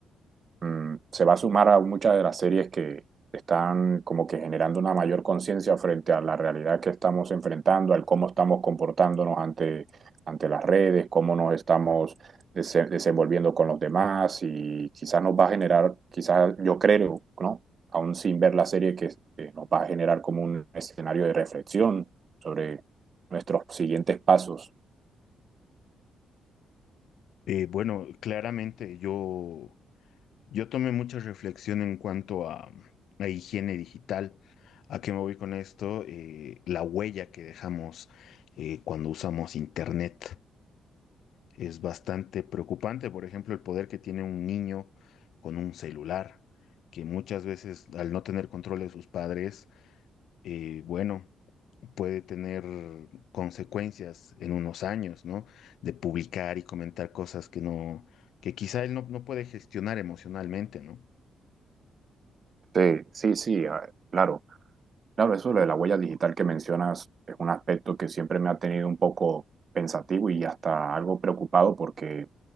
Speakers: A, on the right; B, on the left.
A: mm, se va a sumar a muchas de las series que están como que generando una mayor conciencia frente a la realidad que estamos enfrentando, al cómo estamos comportándonos ante, ante las redes, cómo nos estamos dese- desenvolviendo con los demás y quizás nos va a generar, quizás yo creo, ¿no? Aún sin ver la serie, que eh, nos va a generar como un escenario de reflexión sobre nuestros siguientes pasos.
B: Eh, bueno, claramente yo Yo tomé mucha reflexión en cuanto a, a higiene digital. ¿A qué me voy con esto? Eh, la huella que dejamos eh, cuando usamos internet es bastante preocupante. Por ejemplo, el poder que tiene un niño con un celular, que muchas veces al no tener control de sus padres, eh, bueno, puede tener consecuencias en unos años, ¿no? De publicar y comentar cosas que no, que quizá él no, no puede gestionar emocionalmente, ¿no?
A: Sí, sí, sí, ah, claro. Claro, eso de lo de la huella digital que mencionas es un aspecto que siempre me ha tenido un poco pensativo y hasta algo preocupado porque